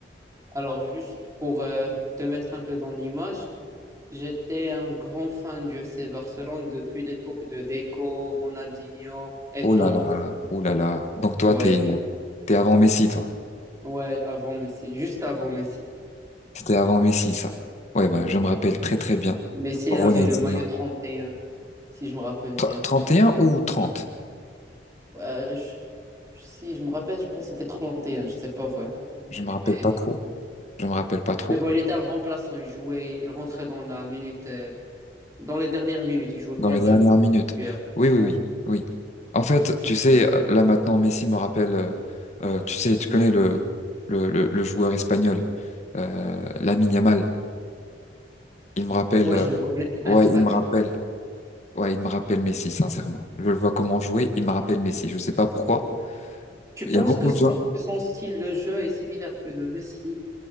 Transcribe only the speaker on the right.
Alors, juste pour euh, te mettre un peu dans l'image, j'étais un grand fan du FC Barcelone depuis l'époque de Deco, Ronaldinho, Eto'o.
Ouais,
ouais, avant Messi, juste avant Messi.
Messi
il avait le maillot 31, si je me rappelle
bien.
Ouais, je- si je me rappelle, je pense que c'était 31. je sais pas vraiment.
Mais,
mais bon, il était un remplaçant, il jouait, il rentrait dans la minute, euh, dans les dernières minutes, il jouait pas
vraiment.
Titulaire.
Ouais.
Ouais,
je le connais, c'est
un crack.
Tu
penses
que son,
que son style de jeu est similaire que de Messi?